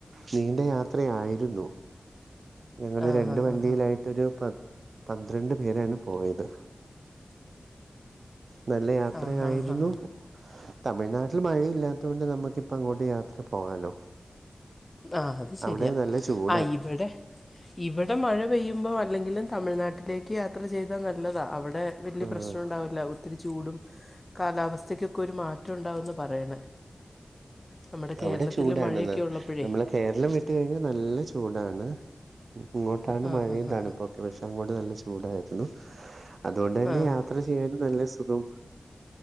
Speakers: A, on the right; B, on the left.
A: നീണ്ട യാത്ര ആയിരുന്നു ഞങ്ങള്
B: ആ
A: രണ്ട്
B: ഹാ
A: വണ്ടിയിലായി
B: ഹാ ഹാ
A: ഒരു പ പന്ത്രണ്ട് പേരാണ് പോയത്. നല്ല യാത്രയായിരുന്നു
B: ആ ഹാ ഹാ
A: തമിഴ്നാട്ടിൽ മഴയില്ലാത്തൊണ്ട് നമുക്ക് അപ്പം ഇങ്ങോട്ട് യാത്ര പോകാലോ.
B: ആഹ അത് ശരിയാ
A: അവിടെ നല്ല ചൂടാണ്
B: ആ ഇവിടെ. ഇവിടെ മഴ പെയ്യുമ്പോ അല്ലെങ്കിലും തമിഴ്നാട്ടിലേക്ക് യാത്ര ചെയ്താ നല്ലതാ അവിടെ. വലിയ
A: ആഹ്
B: പ്രശ്നം ഉണ്ടാവില്ല ഒത്തിരി ചൂടും കാലാവസ്ഥക്കൊക്കെ ഒരു മാറ്റം ഉണ്ടകുമെന്ന് പറയണേ. നമ്മുടെ കേരളത്തിൽ
A: അവിടെ ചൂടാണെന്ന്
B: മഴയൊക്കെ ഉള്ളപ്പോഴേ.
A: നമ്മള് കേരളം വിട്ട കഴിഞ്ഞാൽ നല്ല ചൂടാണ് ഇങ്ങോട്ടാണ്
B: ആ
A: മഴയും
B: ഹാ ഹാ
A: തണുപ്പൊ. കൃഷൻകോണ്ട് നല്ല ചൂടായിരുന്നു അതുകൊണ്ട് തന്നെ
B: ആ
A: യാത്ര. ചെയ്യൻ നല്ല സുഖം